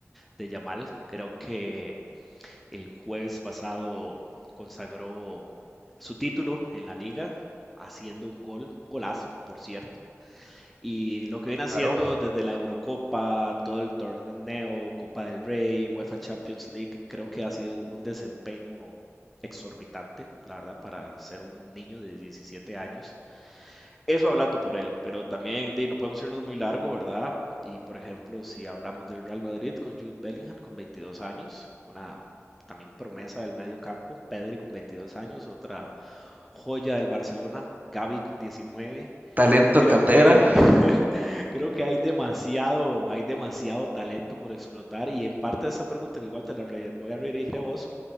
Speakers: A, in the centre; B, on the right (about 35°).
A: De Yamal. Creo que El jueves pasado consagró su título en la liga, haciendo un gol, un golazo, por cierto. Y lo que viene haciendo
B: Claro.
A: desde la Eurocopa, todo el torneo, Copa del Rey, UEFA Champions League, creo que ha sido un desempeño exorbitante, la verdad, para ser un niño de 17 años. Eso hablando por él, pero también di, no podemos irnos muy largo, ¿verdad? Y por ejemplo, si hablamos del Real Madrid con Jude Bellingham con 22 años, una también promesa del medio campo, Pedri con 22 años, otra joya del Barcelona, Gavi con 19,
B: Talento
A: Creo
B: cantera,
A: que, <laughs> creo que hay demasiado, hay demasiado talento por explotar y en parte de esa pregunta que igual te la re- voy a redirigir a vos,